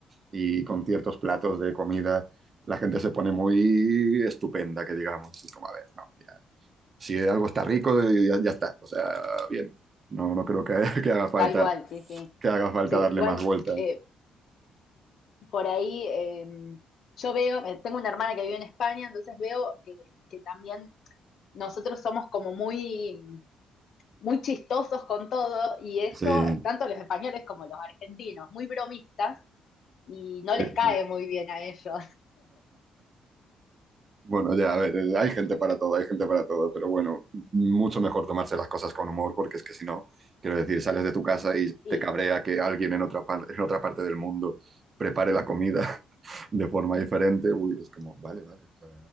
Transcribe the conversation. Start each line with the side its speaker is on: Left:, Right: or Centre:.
Right: y con ciertos platos de comida, la gente se pone muy estupenda, que digamos, y como, a ver, no, mira, si algo está rico, eh, ya, ya está, o sea, bien, no, no creo que, <laughs> que haga falta
Left: Tal cual, sí, sí.
Right: que haga falta
Left: Sí,
Right: darle
Left: igual
Right: más vueltas.
Left: eh, por ahí eh, yo veo, eh, tengo una hermana que vive en España, entonces veo que, que también nosotros somos como muy, muy chistosos con todo y eso,
Right: Sí,
Left: tanto los españoles como los argentinos, muy bromistas y no
Right: Sí,
Left: les cae
Right: sí.
Left: muy bien a ellos.
Right: Bueno, ya, a ver, eh, hay
Left: <laughs>
Right: gente para todo, hay gente para todo, pero bueno, mucho mejor tomarse las cosas con humor, porque es que si no, quiero decir, sales de tu casa y
Left: Y
Right: te cabrea que alguien en otra, par- en otra parte del mundo prepare la comida <laughs> de forma diferente. Uy, es como, vale, vale, o sea,